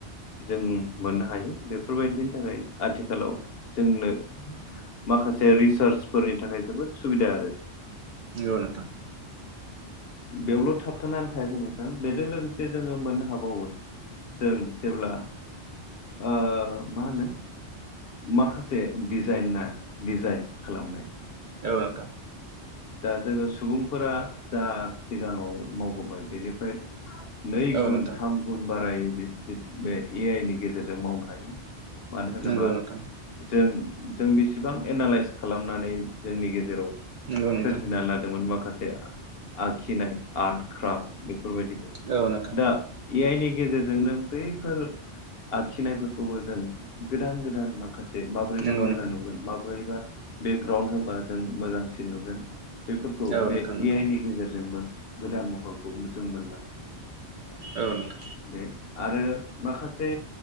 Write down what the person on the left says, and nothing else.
जों मोननो हायो। बेफोरबायदिनि थाखाय आथिखालाव जोंनो माखासे रिसार्चफोरनि थाखाय जोबोद सुबिदा आरो।
बेयावल' थाबथानानै थायाखै नोंथां। बेजों लोगोसे जोङो मोननो हाबावो जों जेब्ला ओ मा होनो माखासे दिजाइनार डिजाइन खालामनाय।
दा जोंङो सुबुंफोरा जा सिगाङाव मावबोबाय बेनिफ्राय नै
गुन
थाम गुन बाराय बे ए आइ नि गेजेरजों मावनो हायो। मानो होनोबा
जों जों बेसेबां एनालइस खालामनानै जोंनि गेजेराव
सोरजिनानै लादोंमोन माखासे आखिनाय आर्ट क्राफ्ट बे फोरबायदि।
दा ए आइनि गेजेरजोंनो बैफोर आखिनायफोरखौबो जों गोदान गोदान माखा से माबोरैबा
मोजां
नुगोन माबोरैबा बेकग्राउन्ड होबा जों मोजांसिन नुगोन बेफोरखौ
बे
ए
आइ नि गेजेरजोंबो गोदान महरखौ जों मोननो हायो।
बे आरो माखासे